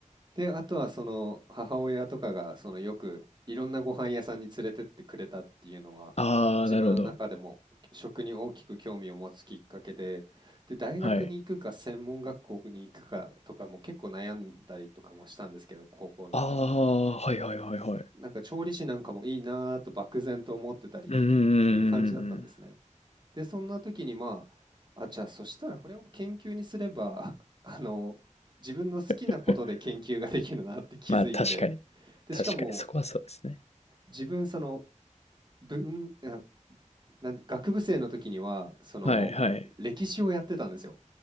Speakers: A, on the right; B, on the left.
A: で、あとはその母親とかがそのよくいろんなご飯屋さんに連れてってくれたっていうのは、
B: ああ、
A: 自分の中でも食に大きく興味を持つきっかけで、
B: なるほど。
A: で、大学に行くか専門学校に行くかとかも結構悩んだりとかもしたんですけど、
B: はい。
A: 高校の時に。
B: ああ、はいはいはいはい。
A: なんか調理師なんかもいいなぁと漠然と思ってたりっ
B: うんうんうんうんうん
A: ていう感じだったんですね。で、そんな時にまあ、あ、じゃあそしたらこれを研究にすれば、<laughs> あの、自分の好きなことで研究ができるなって気づいて、
B: <laughs> まあ確かに。
A: で、
B: 確かにそこはそうですね。
A: しかも自分その文、あなんで、学部生の時には、その歴史をやってたんですよ。
B: はいはい。